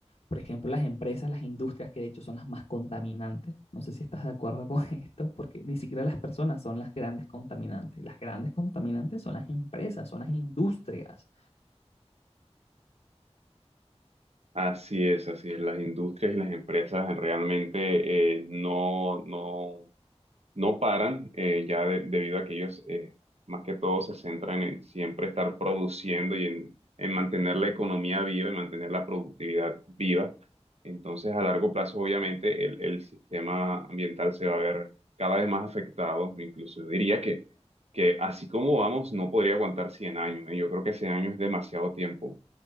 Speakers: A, on the left; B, on the right.
A: por ejemplo, las empresas, las industrias, que de hecho son las más contaminantes, no sé si estás de acuerdo con <laughs> esto, porque ni siquiera las personas son las grandes contaminantes, las grandes contaminantes son las empresas, son las industrias.
B: Así es, así es. Las industrias y las empresas realmente eh, no, no, no paran, eh, ya de- debido a que ellos eh, más que todo se centran en siempre estar produciendo y en, en mantener la economía viva y mantener la productividad viva. Entonces, a largo plazo, obviamente, el, el sistema ambiental se va a ver cada vez más afectado. Incluso yo diría que, que así como vamos, no podría aguantar 100 años, ¿eh? Yo creo que 100 años es demasiado tiempo